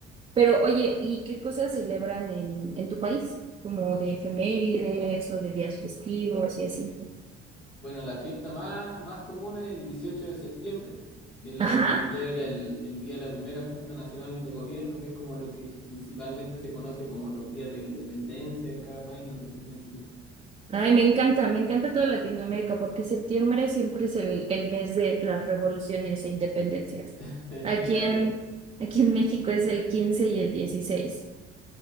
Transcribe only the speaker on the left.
Bueno, la fiesta más, más común es el 18 de septiembre, que es la
que se celebra el, el día de la primera Junta Nacional de Gobierno, que es como lo que principalmente se conoce como los días de la independencia de cada país, no sé si me sigues.
<laughs>
Claro.